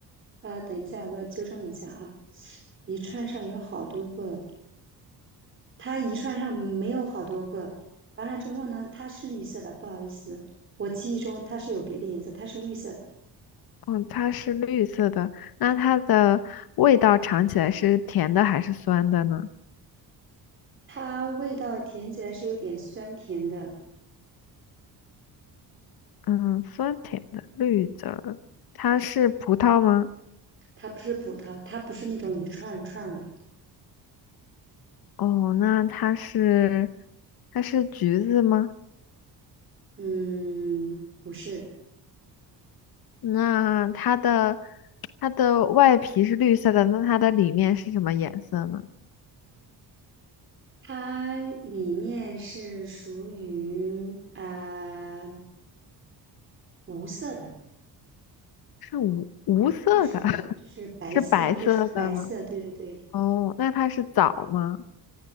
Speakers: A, on the right; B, on the left.
A: 呃，等一下，我要纠正一下啊。一串上有好多个，它一串上没有好多个。完了之后呢，它是绿色的，不好意思，我记忆中它是有别的颜色，它是绿色的。
B: 嗯，它是绿色的，那它的味道尝起来是甜的还是酸的呢？
A: 它味道甜起来是有点酸甜的，
B: 嗯，酸甜的，绿的，它是葡萄吗？
A: 它不是葡萄，它不是那种一串儿一串儿的，
B: 哦，那它是它是橘子吗？
A: 嗯，不是，
B: 那它的它的外皮是绿色的，那它的里面是什么颜色呢？
A: 它里面是属于啊、呃无色的，
B: 是无无色的，
A: 就是就是白色，
B: <laughs> 是白色的吗？
A: 你可以说白色，对对对，
B: 哦，那它是枣吗？